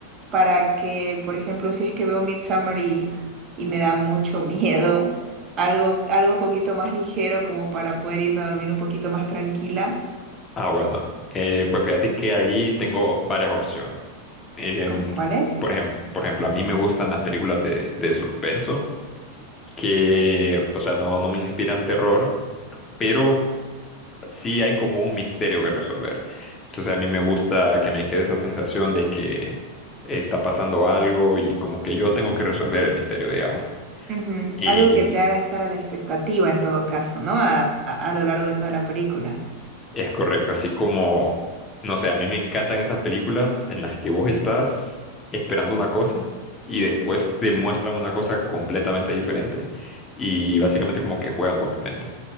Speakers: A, on the right; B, on the left.
A: para que, por ejemplo, si es que veo Midsommar y, y me da mucho <laughs> miedo, algo, algo un poquito más ligero como para poder irme a dormir un poquito más tranquila.
B: Ah, bueno. Eh, pues fíjate que ahí tengo varias opciones. Em,
A: ¿Cómo- cuál es?
B: por ejemplo, por ejemplo, a mí me gustan las películas de, de suspenso, que, o sea, no, no me inspiran terror, pero sí hay como un misterio que resolver. Entonces a mí me gusta que me quede esa sensación de que está pasando algo y como que yo tengo que resolver el misterio, digamos.
A: Ujú,
B: Y
A: Algo que te haga estar a la expectativa en todo caso, ¿no? A, a- a lo largo de toda la película.
B: Es correcto, así como, no sé, a mí me encantan esas películas en las que vos estás esperando una cosa y después te muestran una cosa completamente diferente y básicamente como que juegan con tu mente.